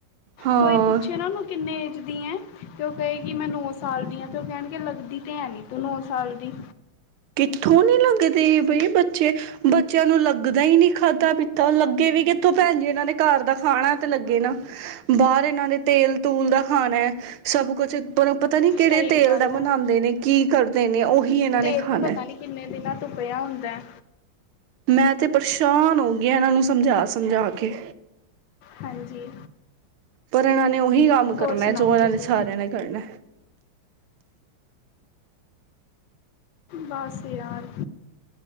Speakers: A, on the right; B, on the left.
A: ਹਾਂ
B: ਕੋਈ ਪੁੱਛੇ ਨਾ ਉਹਨੂੰ ਕਿੰਨੇ ਏਜ ਦੀ ਐ ਤੇ ਉਹ ਕਹੇਗੀ ਮੈਂ ਨੌ ਸਾਲ ਦੀ ਆ ਤੇ ਉਹ ਕੈਨਗੇ ਲੱਗਦੀ ਤੇ ਹੈ ਨੀ ਤੂੰ ਨੌਂ ਸਾਲ ਦੀ
A: ਕਿੱਥੋਂ ਨੀ ਲੱਗਦੇ ਬਈ ਬੱਚੇ ਬੱਚਿਆਂ ਨੂੰ ਲੱਗਦਾ ਹੀ ਨਹੀਂ ਖਾਧਾ ਪੀਤਾ ਲੱਗੇ ਵੀ ਕਿ ਕਿਥੌ ਭੈਣ ਜੀ ਇਹਨਾਂ ਨੇ ਘਾਰ ਦਾ ਖਾਣਾ ਤੇ ਲੱਗੇ ਨਾ ਬਾਹਰ ਇਹਨਾਂ ਨੇ ਤੇਲ ਤੂਲ ਦਾ ਖਾਣਾ ਐ ਸਭ ਕੁਛ <unintelligible> ਪਤਾ ਨੀ ਕਿਹੜੇ
B: ਸਹੀ
A: ਤੇਲ
B: ਗੱਲ
A: ਦਾ ਬਨਾਂਦੇ
B: ਹੈ
A: ਨੇ ਕੀ ਕਰਦੇ ਨੇ ਉਹੀ ਇਹਨਾਂ ਨੇ
B: ਫਿਰ
A: ਖਾਣਾ
B: ਵੀ ਪਤਾ ਨੀ ਕਿੰਨੇ ਦਿਨਾਂ ਤੌ ਪਿਆ ਹੁੰਦਾ ਐ
A: ਮੈਂ ਤੇ ਪਰਸ਼ਾਨ ਹੋ ਗਈ ਇਹਨਾਂ ਨੂੰ ਸਮਝਾ ਸਮਝਾ ਕੇ
B: ਹਾਂਜੀ
A: ਪਰ ਇਹਨਾਂ ਨੇ ਉਹੀ ਕੰਮ
B: ਹੋਰ
A: ਕਰਨਾ
B: ਸੁਣਾਓ
A: ਜੋ ਇਹਨਾਂ
B: ਤੁਸੀਂ
A: ਨੇ ਸਾਰਿਆਂ ਨੇ ਕਰਨਾ
B: ਬਸ ਯਾਰ